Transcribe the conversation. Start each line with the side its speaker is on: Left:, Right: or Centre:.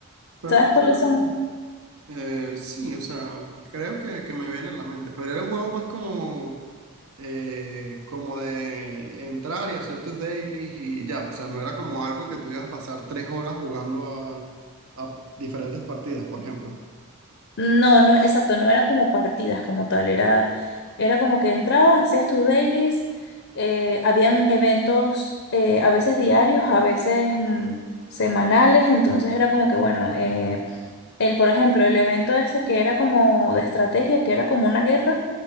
Right: Suena,
Left: ¿Sabes cuáles
Right: suena.
Left: son?
Right: eh, sí, o sea, creo que, que me viene en la mente, pero era un juego más como, eh, como de entrar y hacer tus dailies y ya, o sea, no era como algo que tú ibas a pasar tres horas jugando a, a diferentes partidas, por ejemplo.
Left: No, no, exacto, no era como partidas como tal, era, era como que entrabas, hacías tus dailies, eh, habían eventos eh, a veces diarios, a veces mm, semanales, entonces era como que bueno, eh, el, por ejemplo, el evento ese que era como de estrategia, que era como una guerra,